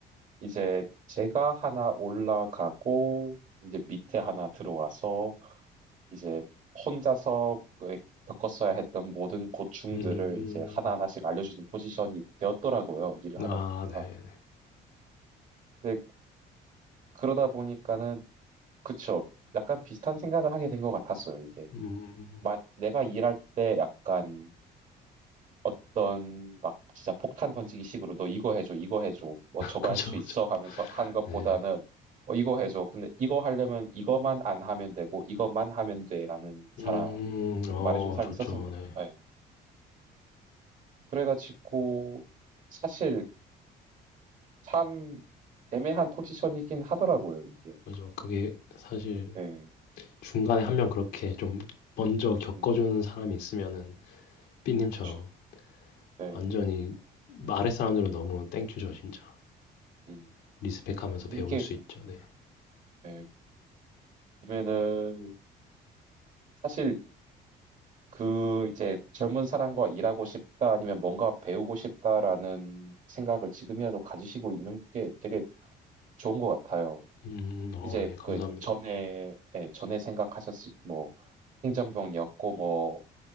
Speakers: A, on the right; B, on the left.
A: 이제 제가 하나 올라가고 이제 밑에 하나 들어와서 이제 혼자서 그- 겪었어야 했던 모든 고충들을
B: 음,
A: 이제 하나하나씩 알려주는 포지션이 되었더라고요. 일을
B: 아
A: 하다 보니까.
B: 네네
A: 근데 그러다 보니까는 그쵸. 약간 비슷한 생각을 하게 된 것 같았어요, 이게.
B: 음
A: 막 내가 일할 때 약간 어떤 막 진짜 폭탄 던지기 식으로 너 이거 해줘, 이거 해줘, 뭐 저거
B: 그죠
A: 할 수
B: 그죠
A: 있어 하면서 한 것보다는
B: 네.
A: 어, 이거 해줘. 근데 이거 하려면 이거만 안 하면 되고 이것만 하면 돼라는 사람
B: 음,
A: 그렇게
B: 어,
A: 말해준 사람이
B: 좋죠.
A: 있었으면
B: 네.
A: 예. 그래가지고 사실 참 애매한 포지션이긴 하더라고요 이게.
B: 그죠. 그게 사실
A: 예.
B: 중간에 한 명 그렇게 좀 먼저 겪어주는
A: 음.
B: 사람이 있으면은 삐님처럼
A: 그쵸. 예.
B: 완전히 아랫 사람들은 너무 땡큐죠, 진짜.
A: 음.
B: 리스펙하면서 배울
A: 이게
B: 수 있죠. 네.
A: 예. 보면은 사실 그 이제 젊은 사람과 일하고 싶다 아니면 뭔가 배우고 싶다라는 생각을 지금이라도 가지시고 있는 게 되게 좋은 것 같아요.
B: 음, 어,
A: 이제
B: 네, 감사합니다.
A: 그 전에 예, 전에 생각하셨을 뭐 행정병이었고 뭐